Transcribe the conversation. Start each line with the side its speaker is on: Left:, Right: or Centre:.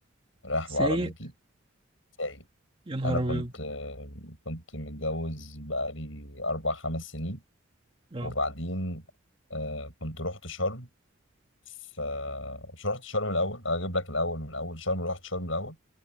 Left: رايح بعربيتي
Right: سايق
Left: سايق
Right: يا نهار
Left: أنا كنت
Right: ابيض
Left: آه، كنت متجوز بقالي أربع خمس سنين
Right: اه
Left: وبعدين آه كنت رحت شرم ف مش رحت شرم الاول اجيب لك الاول من اول شرم رحت شرم الاول